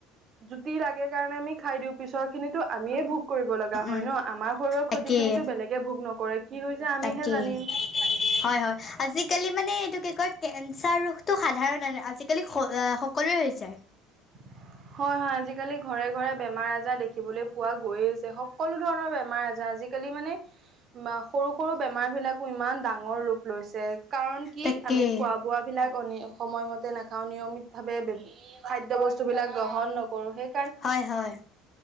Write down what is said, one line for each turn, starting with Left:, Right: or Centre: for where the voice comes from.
Right: জুতি লাগে কাৰণ আমি খাই দিওঁ পিছৰ খিনিতো আমিয়ে ভোগ কৰিব লগা
Left: উম
Right: হয়
Left: উম
Right: ন আমাৰ শৰীৰৰ
Left: তাকেই
Right: ক্ষতি খিনিতো বেলেগে ভোগ নকৰে কি কৰিছে আমিহে
Left: তাকেই
Right: জানিম
Left: হয়- হয় -আজিকালি মানে এইটো কি কয় কেঞ্চাৰ ৰোগটো সাধাৰণ আজ কালি সকলোৱে হৈ যায়
Right: <unintelligible> হয় হয় আজিকালি ঘৰে ঘৰে বেমাৰ আজাৰ দেখিবলৈ পোৱা গৈয় আছে সকলো ধৰণৰ বেমাৰ আজাৰ আজি হি মানে সৰু সৰু বেমাৰ বিলাকো ইমান ডাঙৰ ৰূপ লৈছে কাৰণ কি
Left: তাকেই
Right: আমি খোৱা বোৱাবিলাক সময়মতে নাখাওঁ নিয়মিতভাৱে খাদ্য খাদ্য বস্তু বিলাক গ্ৰহণ নকৰোঁ সেই
Left: হয় হয়।